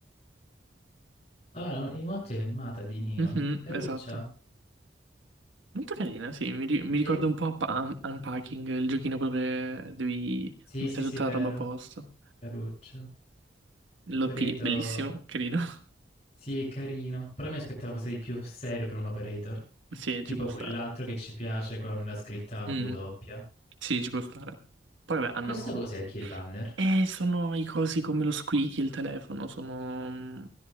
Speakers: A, on the left; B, on the right.
A: Allora, il motto è animata di Neon.
B: Mhm,
A: Caruccia?
B: esatto. Molto carina, sì, mi, ri- mi ricorda
A: Sì,
B: un po' Up- Un- Unpacking, il giochino quello che devi
A: sì,
B: mettere
A: sì, sì,
B: tutta
A: vero.
B: la roba a posto.
A: Caruccio.
B: L'OP,
A: Operator.
B: bellissimo, carino. <laughs>
A: Sì, è carino. Però mi aspettavo cosa di più serio per un operator.
B: Sì,
A: Tipo
B: ci può
A: quell'altro
B: stare.
A: che ci piace con la scritta W
B: Mm,
A: doppia.
B: sì, ci può stare. Poi vabbè,
A: Questo
B: hanno...
A: cos'è anche il banner?
B: Eh, sono i cosi come lo squeaky, il telefono, sono... mm,